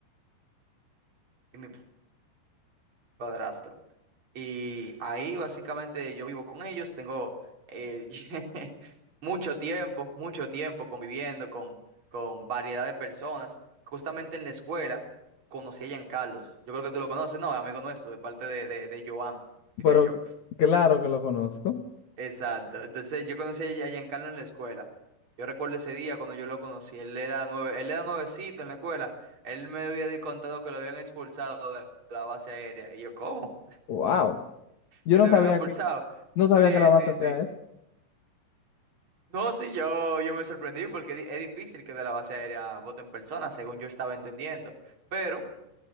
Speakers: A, on the right; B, on the left.
A: y mi padrastro. Y ahí básicamente yo vivo con ellos, tengo eh, <laughs> mucho tiempo, mucho tiempo conviviendo con, con variedad de personas. Justamente en la escuela conocí a Giancarlos. Yo creo que tú lo conoces, ¿no? Amigo nuestro, de parte de, de, de Joan, diría
B: Pero
A: yo.
B: claro que lo conozco.
A: Exacto. Entonces yo conocí a Giancarlo en la escuela. Yo recuerdo ese día cuando yo lo conocí. Él era nueve, él era nuevecito en la escuela. Él me había contado que lo habían expulsado de la base aérea. Y yo, ¿cómo?
B: Wow. Yo
A: Que
B: no
A: te
B: sabía
A: habían impulsado.
B: que, no sabía
A: Sí,
B: que la base
A: sí, sí.
B: sea eso.
A: No, sí, yo, yo me sorprendí porque di- es difícil que de la base aérea voten personas, según yo estaba entendiendo. Pero